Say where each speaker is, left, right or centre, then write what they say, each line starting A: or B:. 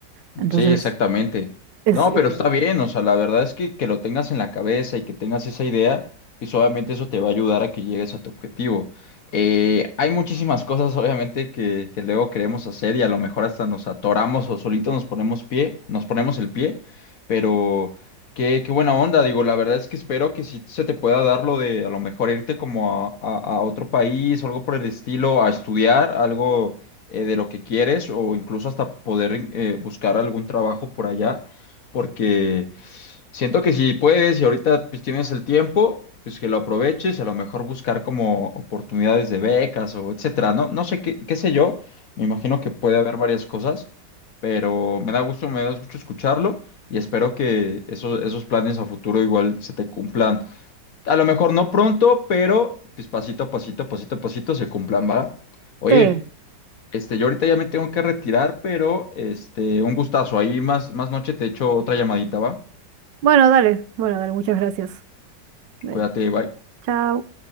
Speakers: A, on the right; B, on the left.
A: Entonces,
B: Sí, exactamente.
A: es,
B: No,
A: eh,
B: pero está bien, o sea, la verdad es que, que lo tengas en la cabeza y que tengas esa idea, pues obviamente eso te va a ayudar a que llegues a tu objetivo. Eh, hay muchísimas cosas, obviamente, que, que luego queremos hacer y a lo mejor hasta nos atoramos o solitos nos ponemos pie, nos ponemos el pie, pero qué, qué buena onda, digo, la verdad es que espero que sí se te pueda dar lo de a lo mejor irte como a, a a otro país o algo por el estilo, a estudiar algo eh, de lo que quieres o incluso hasta poder eh, buscar algún trabajo por allá, porque siento que si puedes y ahorita pues, tienes el tiempo, pues que lo aproveches y a lo mejor buscar como oportunidades de becas o etcétera, ¿no? No sé qué, qué sé yo, me imagino que puede haber varias cosas, pero me da gusto, me da gusto escucharlo. Y espero que esos, esos planes a futuro igual se te cumplan. A lo mejor no pronto, pero pues pasito a pasito, pasito a pasito se cumplan, ¿va? Oye,
A: sí.
B: este, yo ahorita ya me tengo que retirar, pero este, un gustazo. Ahí más, más noche te echo otra llamadita, ¿va?
A: Bueno, dale. Bueno, dale, muchas gracias. Dale.
B: Cuídate, bye.
A: Chao.